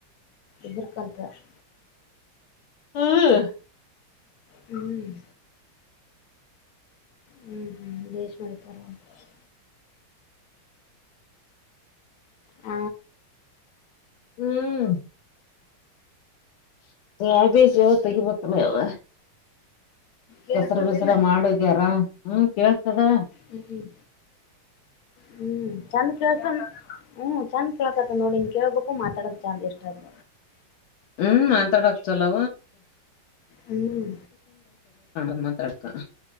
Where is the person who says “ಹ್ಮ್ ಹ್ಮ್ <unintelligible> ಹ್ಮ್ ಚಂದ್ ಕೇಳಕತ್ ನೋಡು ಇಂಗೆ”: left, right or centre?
Left